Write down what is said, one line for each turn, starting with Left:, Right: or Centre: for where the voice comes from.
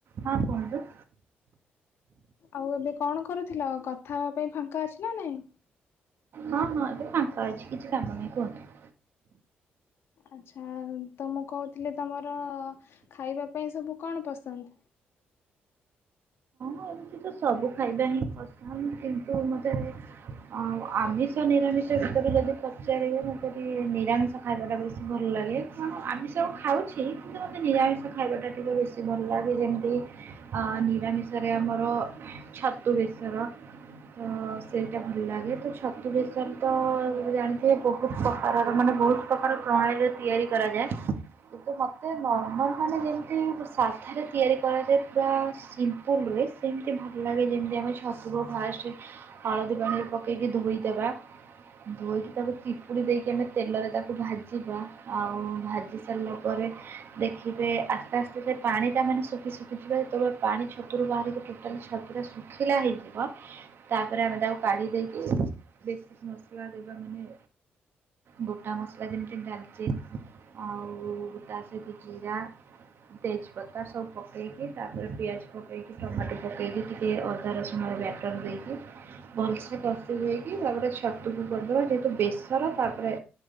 Right: ହଁ କୁହନ୍ତୁ।
Left: ଆଉ ଏବେ କଣ କରୁଥିଲ କଥା ହେବା ପାଇଁ ଫାଙ୍କା ଅଛି ନା ନାଇଁ?
Right: ହଁ ହଁ ଏବେ ଫାଙ୍କା ଅଛି କିଛି କାମ ନାହିଁ କୁହନ୍ତୁ।
Left: ଆଚ୍ଛା ତ ମୁଁ କହୁଥିଲି ତମର ଖାଇବା ପାଇଁ ସବୁ କଣ ପସନ୍ଦ?
Right: ଏ ଏମିତି ତ ସବୁ ଖାଇବା ହିଁ ପସନ୍ଦ କିନ୍ତୁ ମତେ ଆଉ ଆମିଷ ନିରାମିଷ ଭିତରେ ଯଦି ପଚାରିବେ ମୁଁ କବି ନିରାମି ଷ ଖାଇବାଟା ବେଶୀ ଭଲ୍ ଲାଗେ କାରଣ ଆମିଷ ଖାଉଛି କିନ୍ତୁ ଆମେ ନିରାମିଷ ଖାଇବା ଟା ଟିକେ ବେଶ ଖସିିବଲଲା ବି ଯେମିତି ଆ ନିରାମିଷରେ ଆମର ଛତୁ ବେଶର, ତ ସେଇଟା ଭଲ ଲାଗେ ତ ଛତୁ ବେଶର ତ ଜାଣିଥିବେ ବହୁତ୍, ବହୁତ୍ ପ୍ରକାରର ମାନେ ବହୁତ୍ ପ୍ରକାର ପ୍ରଣାଳୀରେ ତିଆରି କରାଯାଏ, କିନ୍ତୁ ମୋତେ ନର୍ମାଲ ମାନେ ଯେମିତି ସାଧାରେ ତିଆରି କରାଯାଏ ପୁରା ସିମ୍ ପୁଲରେ ସେମିତି ଭଲ ଲାଗେ ଯେମିତି ଆମେ ଛତୁୁର ଫାଷ୍ଟ୍ ରେ, ହଳଦି ପାନୀରେ ପକେଇ ଧୋଇ ଦେବା, ଧୋଇକି ତାକୁ ଚିପୁଡି ଦେଇକି ଆମେ ତେଲରେ ତାକୁ ଭାଜିବା ଆଉ ଭାଜି, ସାରିଲା ପରେ ଦେଖିବେ ଆସ୍ତେ-ଆସ୍ତେ ଯେ ପାଣିଟା ମାନେ ଶୁଖି-ଶୁଖି ଯିବ ଯେତେବେଳେ ପାଣି ଛ ତୁରୁ ବାହାରିକି ଟୋଟାଲି ଛତୁ ଟା ଶୁଖିଲା ହେଇଯିବ, ତାପରେ ଆମେ ତାକୁ କାଢି଼ ଦେଇକି ବେଶ ମସଲା ଦେବା ମାନେ, ଗୋଟା ମସଲା ଯେମିତି ଡାଲଚି, ଆଉ ତା ସହିତ ଜିରା, ତେଜପତା ସବୁ ପକେଇକି ତାପରେ ପିଆଜ ପ କେଇକି ଟମାଟୋ ପକାଇକି ଟିକେ ଅଦା ରସୁଣର ବ୍ୟାଟର୍ ଦେଇକି, ଭଲସେ କଷି ଦେଇକି ତାପରେ ଛତୁକୁ ପରିଦେବା ଯେହେତୁ ବେସର ତାପରେ,